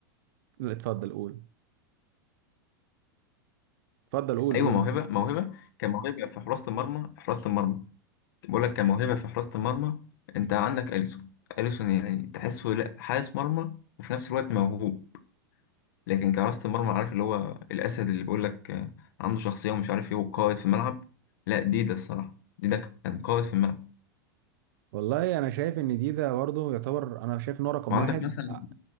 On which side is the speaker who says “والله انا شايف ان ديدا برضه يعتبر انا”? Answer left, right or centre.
Right